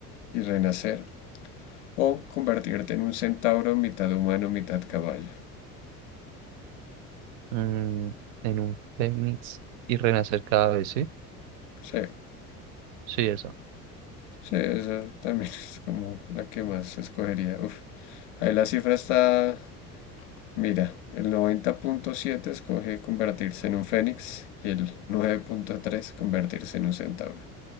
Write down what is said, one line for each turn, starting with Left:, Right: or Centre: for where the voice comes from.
Left: y renacer? ¿O convertirte en un centauro mitad humano, mitad caballo?
Right: Mm, en un fénix y renacer cada vez, ¿sí?
Left: Sí,
Right: Sí, eso.
Left: sí, esa también <laughs> es como la que más escogería. Uf, ahí la cifra está Mira, el 90.7 escoge convertirse en un fénix y el 9.3 convertirse en un centauro.